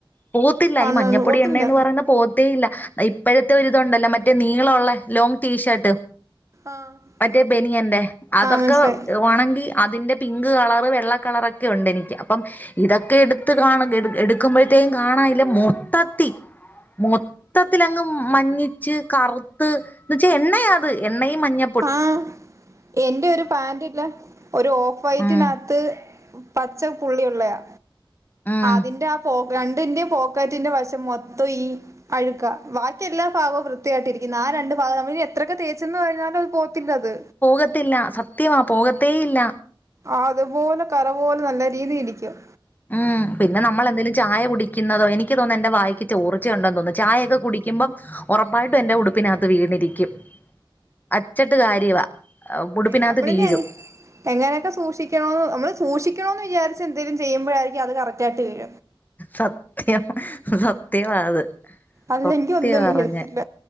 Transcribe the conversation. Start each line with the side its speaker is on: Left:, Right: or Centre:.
Left: പോവത്തില്ല,
Right: ആന്ന്
Left: ഈ മഞ്ഞപ്പൊടി
Right: പോത്തില്ല
Left: എണ്ണ എന്ന് പറയുന്ന പോ ത്തേയില്ല ഇപ്പഴത്തെ ഒരുരിതുണ്ടല്ലോ മറ്റേ നീളോള്ളേ ലോങ്ങ് ടീഷർട്ട്
Right: ആഹ്
Left: മറ്റേ ബെനിയന്റെ അതൊക്കെ
Right: മനസ്സിലായി
Left: ഒണങ്കി അതിന്റെ പിങ്ക് കളർ വെള്ള കളറൊക്കെ ഉണ്ട് എനിക്ക്. അപ്പം ഇതൊക്കെ എടുത്ത് കാണ <unintelligible> ക്കുമ്പോഴത്തേക്കും കാണാല്ല മൊത്തത്തി മൊ ത്തത്തിലങ്ങ് മഞ്ഞിച്ച് കറുത്ത് എന്നച്ച വെച്ചാ എണ്ണയാ അത്. എണ്ണയും മഞ്ഞ
Right: ആഹ്, എന്റെ ഒരു പാന്റില് ഒരു ഓഫ് വൈറ്റിനകത്ത്
Left: ഉം
Right: പച്ച പുള്ളിയുള്ളയാ,
Left: ഉം
Right: അതിന്റെ ആ പോ രണ്ടിന്റെ പോക്കാറ്റിന്റെ വശം മൊത്തം ഈ അഴുക്ക, ബാക്കി എല്ലാ ഭാഗവും വൃത്തിയായിട്ടിരിക്കുന്നു. ആ രണ്ടു ഭാഗം നമ്മളിനി എത്രൊക്കെ തേച്ചന്ന് പറഞ്ഞാലും പോത്തില്ലത്.
Left: പോകത്തില്ല സത്യമാ പോകത്തേയില്ല
Right: ആഹ്, അതുപോലെ കറ പോലെ നല്ല രീതി ഇരിക്കും.
Left: ഉം, പിന്നെ നമ്മളെന്തേലും ചായ കുടിക്കുന്നതോ എനിക്ക് തോന്നുന്നു എൻ്റെ വായിക്ക് ചോർച്ചയുണ്ടോന്ന് തോന്നുന്നു. ചായൊക്കെ കുടിക്കുമ്പോം ഒറപ്പായിട്ടും എന്റെ ഉടുപ്പിനകത്ത് വീണിരിക്കും. അച്ചട്ട് കാര്യവാ ഉടുപ്പിനകത്ത്
Right: അ <unintelligible>
Left: വീഴും
Right: എങ്ങനെയൊക്കെ സൂക്ഷിക്കണോന്ന് നമ്മള് സൂക്ഷിക്കണോം എന്ന് വിചാരിച്ച് എന്തെങ്കലും ചെയ്യുമ്പോഴായിരിക്കും അത് കറക്റ്റായിട്ട് വീഴ
Left: സത്യം സത്യമാ അത്
Right: അല്ലെങ്കി
Left: സത്യ
Right: ഒന്നും
Left: പറഞ്ഞ
Right: വീഴത്തില്ല